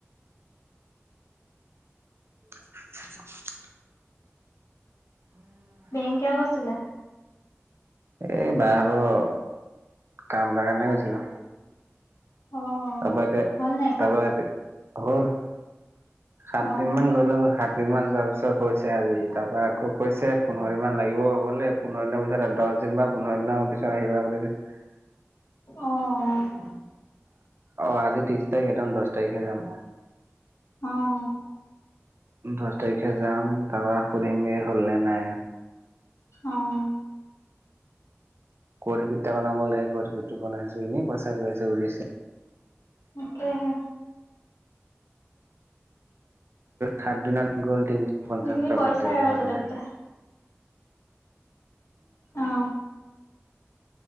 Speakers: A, on the right; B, on the left.
A: <inaudible>
B: বেংক কিয় গৈছিলা?
A: এই বাভাগৰ কাম এটাৰ কাৰণে গৈছিলো।
B: অ',
A: তাৰপা এতিয়া
B: হ'ল নাই কাম?
A: তাৰপা এতিয়া হ'ল। সাত
B: অ',
A: দিন মান গ'লো সাত দিন মান যোৱাৰ পিছত হৈছে আজি তাৰ বা আকৌ কৈছে পোন্ধৰ দিন মান লাগিব হবনে পোন্ধৰ দিনৰ পিছত দচ দিন বা পোন্ধৰ দিনৰ পিছত আহিবা বুলি কৈছে।
B: অ',
A: অহ অ আজি ত্ৰিছ তাৰিখ একদম দচ তাৰিখে যাম।
B: অ',
A: দচ তাৰিখে যাম তাপা সুধিম গে হল নে নাই।
B: অ।
A: কৰ্টএফিত এটা বনাব লাগে কৰ্টএফিতটো বনাইছো এনেই পইচা গৈ আছে উৰিছে
B: তাকেহে।
A: সাত দিনত গ'ল তিনশ পঞ্চাশ
B: আজিকালি
A: টকা
B: পইচাই
A: তেল
B: আৰু
A: ভৰাও
B: য'তে
A: তেনে।
B: ত'তে অ।